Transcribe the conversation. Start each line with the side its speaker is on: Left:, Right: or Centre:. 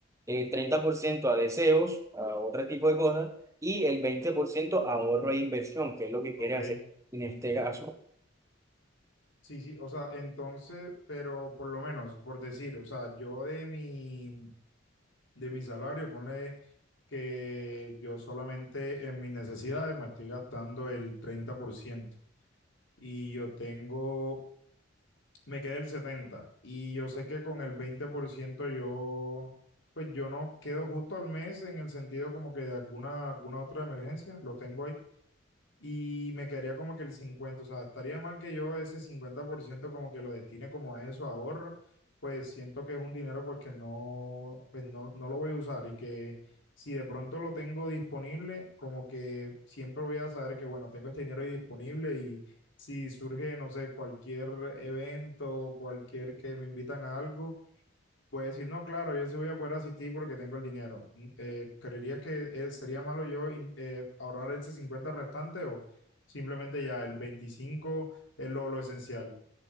Right: eh, 30% a deseos, a otro tipo de cosas, y el 20% ahorro e inversión, que es lo que
Left: Ok,
Right: quieres hacer en este caso.
Left: sí, sí, o sea, entonces, pero por lo menos, por decir, o sea, yo de mi, de mi salario, ponle que yo solamente en mis necesidades me estoy gastando el 30% y yo tengo, me queda el 70% y yo sé que con el 20% yo, pues yo no quedo justo al mes en el sentido como que de alguna, alguna otra emergencia, lo tengo ahí y me quedaría como que el 50, o sea, estaría mal que yo ese 50% como que lo destine como a eso, a ahorro, pues siento que es un dinero pues que no, pues no, no lo voy a usar y que si de pronto lo tengo disponible, como que siempre voy a saber que bueno, tengo este dinero ahí disponible y si surge, no sé, cualquier evento, cualquier que me invitan a algo Puede decir, no, claro, yo sí voy a poder asistir porque tengo el dinero. Mm, Eh, ¿creerías que eh, sería malo yo in- eh, ahorrar ese 50 restante o simplemente ya el 25 es lo, lo esencial?